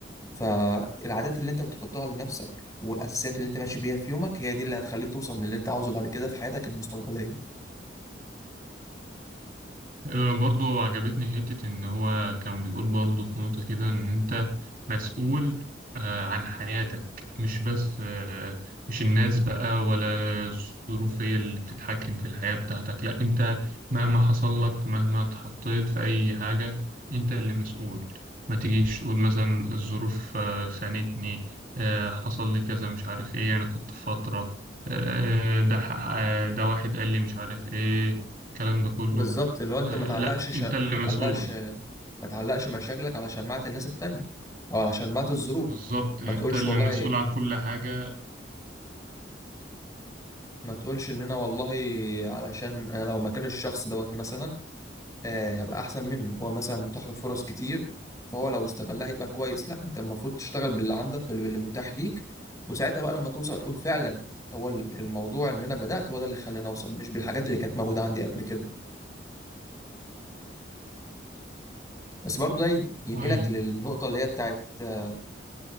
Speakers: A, on the left; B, on the right.
A: فالعادات اللي انت بتحطها لنفسك والاساسيات اللي انت ماشي بيها في يومك هي دي اللي هتخليك توصل للي انت عاوزه بعد كده في حياتك المستقبليه
B: أنا برضو عجبتني حتة إن هو كان بيقول برضو في نقطة كده إن أنت مسؤول آه، عن حياتك مش بس آه، مش الناس بقى ولا الظروف هي اللي بتتحكم في الحياة بتاعتك لا أنت مهما حصل لك مهما اتحطيت في أي حاجة أنت اللي مسؤول ما تجيش تقول مثلا الظروف آه، خانتني آه، حصل لي كذا مش عارف إيه أنا كنت في فترة آه، آه، ده ح- آه، ده واحد قال لي مش عارف إيه الكلام ده كله
A: بالظبط اللي هو انت
B: آه،
A: ما تعلقش
B: لا
A: شا...
B: انت اللي
A: ما
B: مسؤول
A: تعلقش ما تعلقش مشاكلك على شماعة الناس التانية او على شماعة الظروف
B: بالظبط انت
A: ما تقولش
B: اللي
A: والله
B: مسؤول عن كل حاجة
A: ما تقولش ان انا والله علشان انا لو مكان الشخص دوت مثلا آه، هبقى احسن منه هو مثلا متاح له فرص كتير فهو لو استغلها يبقى كويس لا انت المفروض تشتغل باللي عندك واللي باللي متاح ليك وساعتها بقى لما توصل تقول فعلا هو ال- الموضوع ان انا بدات هو ده اللي خلاني اوصل مش بالحاجات اللي كانت موجوده عندي قبل كده بس برضه ده ينقلك
B: طيب
A: للنقطه اللي هي بتاعت آه،